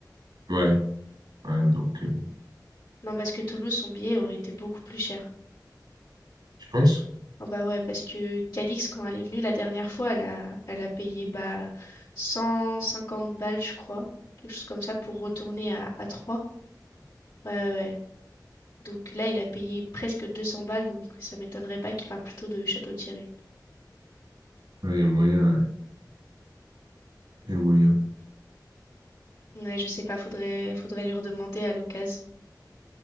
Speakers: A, on the right; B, on the left.
A: Ouais, ouais, donc, euh,
B: Non, parce que Toulouse, son billet aurait été beaucoup plus cher.
A: tu penses?
B: Ah bah ouais, parce que Calix, quand elle est venue la dernière fois, elle a, elle a payé bah, 150 balles, je crois, quelque chose comme ça, pour retourner à, à Troyes. Ouais, ouais, ouais. Donc là, il a payé presque 200 balles, donc ça m'étonnerait pas qu'il parle plutôt de Château-Thierry.
A: Ouais, il y a moyen, ouais. Il y a moyen.
B: Ouais, je sais pas, faudrait, faudrait lui redemander à l'occasion.